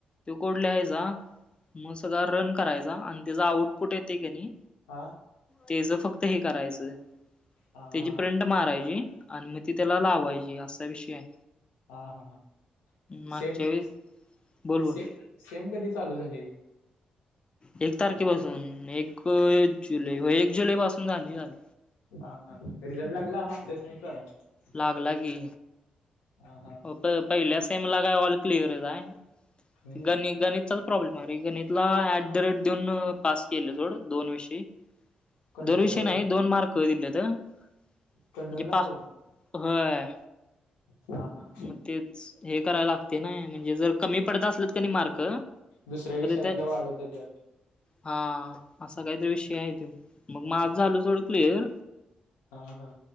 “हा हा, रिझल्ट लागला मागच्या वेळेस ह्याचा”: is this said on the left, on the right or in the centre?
Left